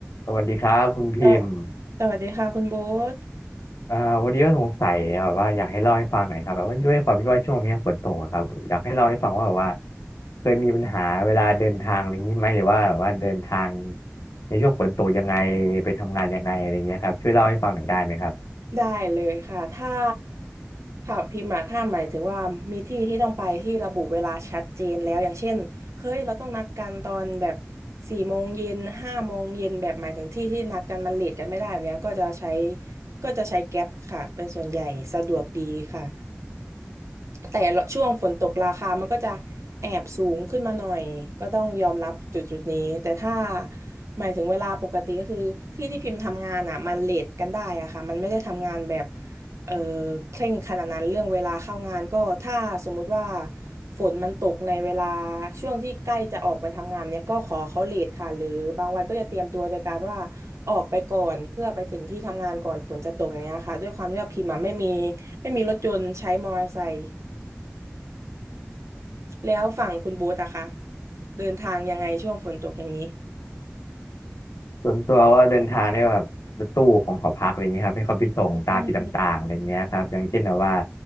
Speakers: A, on the left (about 80°); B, on the right (about 70°).
A: สวัสดีครับคุณพิมพ์
B: สวัสสวัสดีค่ะคุณโบ๊ท
A: เอ่อวันนี้ก็สงสัยแบบว่าอยากให้เล่าให้ฟังหน่อยครับแบบว่าด้วยความที่ว่าช่วงนี้ฝนตกอะครับอยากให้เล่าให้ฟังว่าแบบว่าเคยมีปัญหาเวลาเดินทางอะไรอย่างนี้ไหมหรือว่าแบบว่าเดินทางในช่วงฝนตกยังไงไปทำงานยังไงอะไรอย่างเงี้ยครับช่วยเล่าให้ฟังหน่อยได้ไหมครับ
B: ได้เลยค่ะถ้าถามพิมพ์มาถ้าหมายถึงว่ามีที่ที่ต้องไปที่ระบุเวลาชัดเจนแล้วอย่างเช่นเฮ้ยเราต้องนัดกันตอนแบบสี่โมงเย็นห้าโมงเย็นแบบหมายถึงที่ที่นัดกันมันเลทกันไม่ได้แบบเนี้ยก็จะใช้ก็จะใช้แก๊ปค่ะเป็นส่วนใหญ่สะดวกดีค่ะ แต่ช่วงฝนตกราคามันก็จะแอบสูงขึ้นมาหน่อยก็ต้องยอมรับจุดจุดนี้แต่ถ้าหมายถึงเวลาปกติก็คือที่ที่พิมพ์ทำงานอ่ะมันเลทกันได้อะค่ะมันไม่ได้ทำงานแบบเออเคร่งขนาดนั้นเรื่องเวลาเข้างานก็ถ้าสมมุติว่าฝนมันตกในเวลาช่วงที่ใกล้จะออกไปทำงานเนี่ยก็ขอเขาเลทค่ะหรือบางวันก็จะเตรียมตัวโดยการว่าออกไปก่อนเพื่อไปถึงที่ทำงานก่อนฝนจะตกอย่างเงี้ยค่ะด้วยความที่ว่าพิมพ์อะไม่มีไม่มีรถยนต์ใช้มอเตอร์ไซค์ แล้วฝั่งคุณโบ๊ทอะคะเดินทางยังไงช่วงฝนตกอย่างนี้
A: ส่วนตัวว่าเดินทางเนี่ยแบบรถตู้ของหอพักอะไรเงี้ยครับให้เขาไปส่งตามจุดต่างๆอะไรเงี้ยครับอย่างเช่นแบบว่า
B: อืม